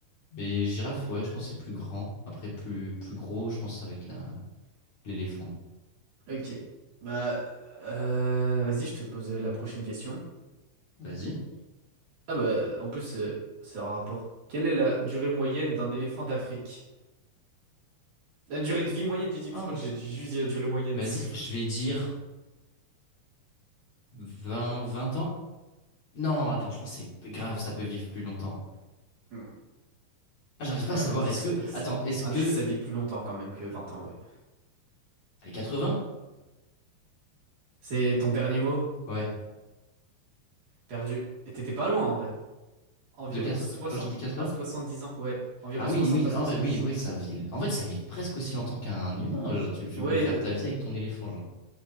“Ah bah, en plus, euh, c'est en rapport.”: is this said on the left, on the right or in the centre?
Right